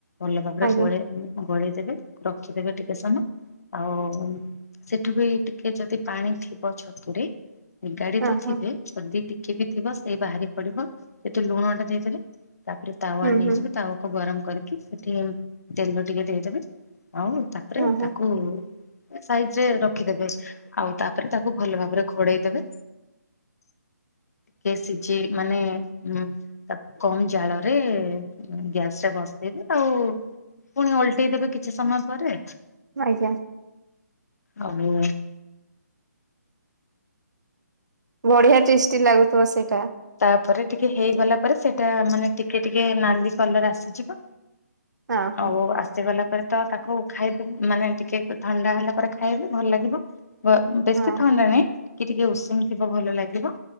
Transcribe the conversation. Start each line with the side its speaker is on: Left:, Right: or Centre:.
Left: ଭଲ ଭାବରେ
Right: ଆଜ୍ଞା
Left: ଗୋଳେଇ, ଗୋଳେଇ ଦେବେ ରଖିଦେବେ ଟିକେ ସମୟ। ଆଉ ସେଠୁ ବି ଟିକ ଟିକେ ଯଦି ପାଣି ଥିବ ଛତୁରେ, ନିଗାଡି
Right: ହଁ
Left: ତ ଥିବେ
Right: ହଁ
Left: ଯଦି ଟିକ କିବି ଥିବ ସେଇ ବାହାରି ପଡିବ। ଏଠି ଲୁଣଟା ଦେଇଦେବେ ତାପରେ ତାୱା
Right: ହୁଁ
Left: ନେଇଯିବେ
Right: ହୁଁ
Left: ତାୱାକୁ ଗରମ କରିକି ସେଠି ତେଲ ଟିକେ ଦେଇଦେବେ ଆ ଉ ତାପରେ
Right: ହଁ ହଁ
Left: ତାକୁ ସାଇଜ ରେ ରଖିଦେବେ। ଆଉ ତାପରେ ତାକୁ ଭଲ ଭାବରେ ଘୋଡେଇ ଦେବେ ଟିକେ ସିଝି ମାନେ ଉ ତାକୁ କମ ଜାଳରେ ଗ୍ୟାସରେ ବସି ଦେବେ ଆଉ ପୁଣି ଅଲଟେଇଦବେ କିଛି ସମୟ ପରେ
Right: ଆଜ୍ଞା
Left: ଆଉ।
Right: ବଢିଆ ଟେଷ୍ଟି ଲାଗୁଥିବ ସେ
Left: ତାପରେ ଟିକେ ହେଇଗଲା ପରେ ସେଟା ମାନେ ଟିକେ ଟିକେ ନାଲି କଲର ଆସିଯିବ
Right: ହଁ ହଁ
Left: ଆଉ ଆସି ଗଲା ପରେ ତ ତାକୁ ଖାଇବେ ମାନେ ଟିକେ ଥଣ୍ଡା ହେଲା ପରେ ଖାଇବେ ଭଲ ଲାଗିବ ଗ ବେଶୀ
Right: ହଁ
Left: ଥଣ୍ଡା
Right: ହଁ
Left: ନାହିଁ ଟିକେ ଟିକେ ଉଷୁମ ଥିବ ଭଲ ଲାଗିବ।